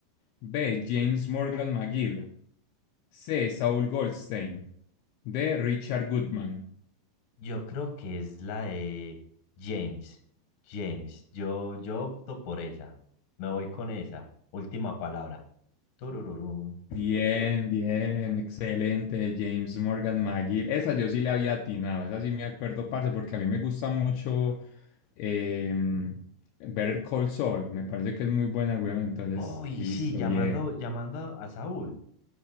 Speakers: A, on the left; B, on the left.
A: B. James Morgan McGill. C. Saul Goldstein. D. Richard Goodman.
B: Yo creo que es la de James. James, yo, yo opto por esa. Me voy con esa. Última palabra. Turururún.
A: Bien, bien, excelente, James Morgan McGill. Esa yo sí le había atinado, esa sí me acuerdo, parce, porque a mí me gusta mucho Eh, Better Call Saul, me parece que es muy buena, weón. Entonces,
B: Uy,
A: listo,
B: sí, llamando,
A: yeah.
B: llamando a Saúl.